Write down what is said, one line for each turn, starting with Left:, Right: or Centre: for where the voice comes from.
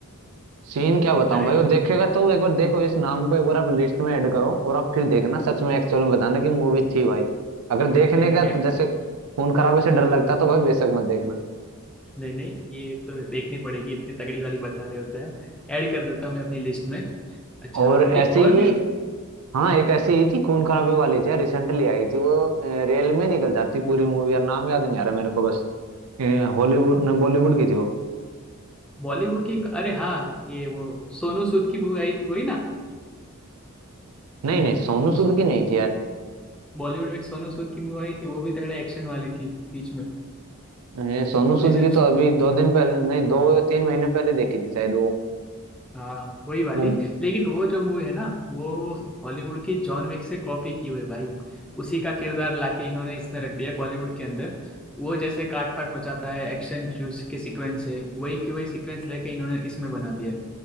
Right: सीन क्या बताऊं
Centre: अरे
Right: भाई वो
Centre: भाई
Right: देखेगा तो एक बार देखो इस नाम को एक बार आप लिस्ट में ऐड करो और आप फिर देखना सच में एक्चुअल में बताना कि मूवी थी भाई अगर देखने
Centre: नहीं नहीं
Right: का
Centre: ऐड
Right: तो जैसे खून खराबे से डर लगता है, तो भाई बेशक मत देखना
Centre: नहीं नहीं ये तो देखनी पड़ेगी इतनी तगड़ी वाली बता रहे होते हैं ऐड कर देता हूँ मैं अपनी लिस्ट में अच्छा
Right: और ऐसी
Centre: एक और
Right: ही
Centre: भी
Right: हाँ एक ऐसी ही थी खून खराबे वाली थी रिसेंटली आई थी वो अ, रेल में निकल जाती पूरी मूवी यार नाम याद नहीं आ रहा मेरे को बस हॉलीवुड ने बॉलीवुड की थी वो
Centre: बॉलीवुड की अरे हाँ ये वो सोनू सूद की मूवी आई थी वही ना
Right: नहीं नहीं सोनू
Centre: सो
Right: सूद की नहीं थी यार
Centre: बॉलीवुड में एक सोनू सूद की मूवी आई थी वो भी तगड़ा एक्शन वाली थी बीच में
Right: अ, सोनू सूद
Centre: जैसे
Right: की तो अभी दो दिन पहले नहीं दो तीन महीने पहले देखी थी शायद वो
Centre: हाँ वही वाली
Right: वो
Centre: लेकिन वो जो मूवी है ना वो हॉलीवुड की जॉन विक से कॉपी की हुई है भाई उसी का किरदार लाके इन्होंने इसमें रख दिया है बॉलीवुड के अंदर वो जैसे काट फाट मचाता है एक्शन जूस के सीक्वेंस है वही के वही सीक्वेंस लेके इन्होंने इसमें बना दिया है